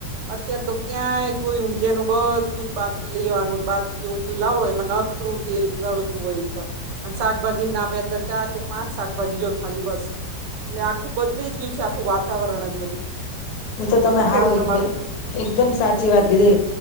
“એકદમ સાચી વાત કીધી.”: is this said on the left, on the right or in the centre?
Left